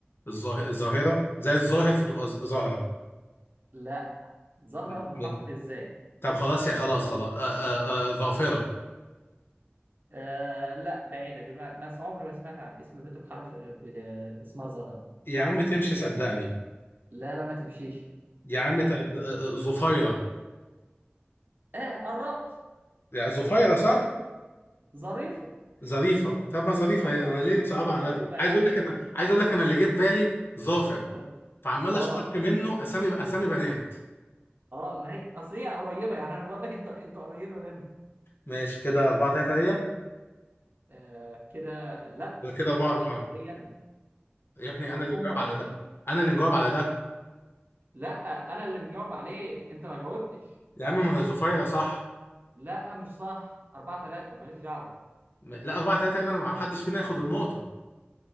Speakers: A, on the left; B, on the right.
A: الظاه- الظاهرة زي الظاهر فتبقى ز- زهرة
B: لا زهرة
A: م-
B: بحرف
A: م-
B: الزاي
A: طب خلاص يا خلاص خلاص آه آه آه ظافرة
B: آه لا بعيدة دي ما, ما س- عمري ما سمعت عن اسم بنت بحرف ب... اسمها زهرة
A: يا عم تمشي صدقني
B: لا لا ما تمشيش
A: يا عم
B: ها
A: ت... آه، آه، ظفيرة
B: آه قربت
A: يعني ظفيرة صح؟
B: ظريفة
A: ظريفة طب ما ظريفة هي انا ليه مصعبة على
B: ظريفة
A: نفسي
B: يا
A: عايز
B: عم
A: اقول لك انا عايز اقول لك انا اللي جه في بالي ظافر
B: اه
A: فعمال
B: اه
A: اشتق منه اسامي اسامي بنات
B: آه، ما هي اصل هي قريبة يعني انا بقول لك انت انت قريبة منها
A: ماشي كده أربعة تلاتة ليا
B: آه كده لا
A: ولا كده أربعة
B: كده أربعة
A: أربعة
B: ثلاثة ليا أنا
A: يا ابني
B: احنا
A: أنا
B: هنخم
A: اللي مجاوب
B: ولا
A: على
B: ايه؟
A: ده أنا اللي مجاوب على ده
B: لا انا اللي مجاوب عليه انت ما جاوبتش
A: يا عم ما هي زفيرة صح
B: لا مش صح 4 3 ماليش دعوه
A: م- لا أربعة تلاتة ليه؟ ما أنا ما حدش فينا ياخد النقطة